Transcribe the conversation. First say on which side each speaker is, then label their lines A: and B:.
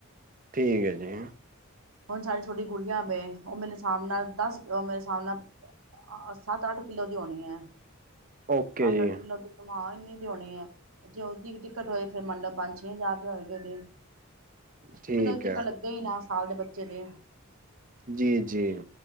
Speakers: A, on the right; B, on the right.
A: ਠੀਕ ਹੈ ਜੀ
B: ਹੁਣ ਸਾਰੀ ਛੋਟੀ ਗੂੜੀਆਂ ਵੇ ਉਹ ਮੇਰੇ ਸਾਹਮ ਨਾਲ ਦੱਸ ਮੇ <unintelligible> ਹਿਸਾਬ ਨਾਲ ਸੱਤ ਅੱਠ ਕਿੱਲੋ ਦੀ ਹੋਣੀ ਹੈ
A: ਓਕੇ
B: ਸਤ
A: ਜੀ
B: ਅੱਠ ਕਿੱਲੋ ਦੀ ਮਾਂ ਇੰਨੀ ਦਿ ਹੋਉਣੀ ਹੈ ਜੇ ਉਹਦੀ ਟਿਕਟ ਹੋਈ ਫਿਰ ਮੰਨਲਬ ਪੰਜ ਛੇ ਹਜ਼ਾਰ ਰੁਪਇ ਹੋਏਗੀ ਉਹਦੀ
A: ਠੀਕ
B: ਕੀ ਪਤਾ ਟਿਕਟ
A: ਹੈ
B: ਲੱਗੇ ਹੀ ਨਾ ਸਾਲ ਦੇ ਬੱਚੇ ਚਲਿਆ
A: ਜੀ ਜੀ